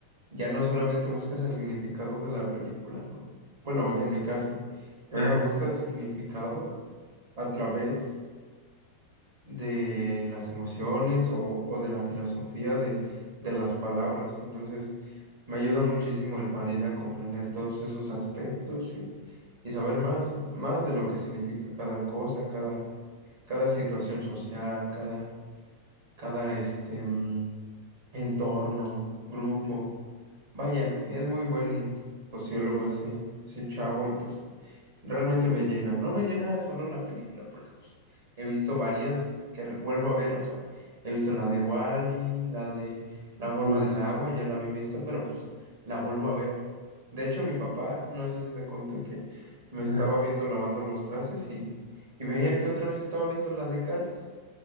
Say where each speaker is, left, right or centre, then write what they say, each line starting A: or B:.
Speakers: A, on the right; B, on the right.
A: Ya no solamente buscas el significado de la película, ¿no? Bueno, en mi caso, y
B: ajá.
A: ahora buscas significado a través de las emociones o, o de la filosofía de, de las palabras. Entonces, me ayuda muchísimo el Farida a comprender todos esos aspectos y, y saber más, más de lo que significa cada cosa, cada, cada situación social, cada, cada este, mm, entorno, grupo. Vaya, es muy buen sociólogo ese, ese chavo y pues realmente me llena. No me llena solo la película, porque pues, he visto varias que re- vuelvo a ver, o sea, he visto la de Wally, la de La forma
B: Uh,
A: del agua, ya la había visto, pero pues la vuelvo a ver. De hecho, mi papá, no sé si te conté que me estaba
B: ajá.
A: viendo lavando los trastes y, y veía que otra vez estaba viendo la de Cars.